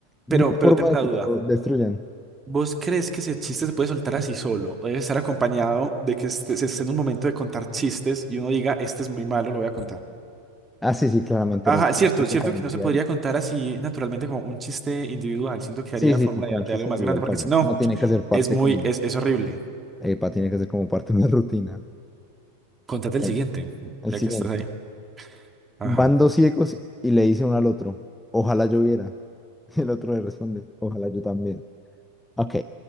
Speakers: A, in the centre; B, on the right.
A: No
B: Pero,
A: hay
B: pero
A: forma
B: tengo una
A: de que
B: duda.
A: te lo destruyan.
B: ¿Vos crees que ese chiste se puede soltar así solo? ¿O debe estar acompañado de que este- se esté en un momento de contar chistes y uno diga, este es muy malo, lo voy a contar?
A: Ah, sí, sí, claramente
B: Ajá,
A: no tiene
B: cierto,
A: chiste
B: cierto
A: para
B: que
A: iniciar.
B: no se podría contar así naturalmente como un chiste individual. Siento que
A: Sí,
B: haría
A: sí,
B: forma
A: sí, como
B: de,
A: chiste
B: de algo más
A: individual
B: grande, porque
A: falla.
B: si no,
A: No tiene que hacer parte
B: es muy,
A: como
B: es, es horrible.
A: Epa, tiene que ser como parte de una <laughs> rutina.
B: Contate el
A: Bueno,
B: siguiente,
A: el
B: ya
A: siguiente.
B: que estás ahí. Ajá.
A: Van dos ciegos y le dice uno al otro, ojalá yo viera. <laughs> El otro le responde, ojalá yo también. Ok,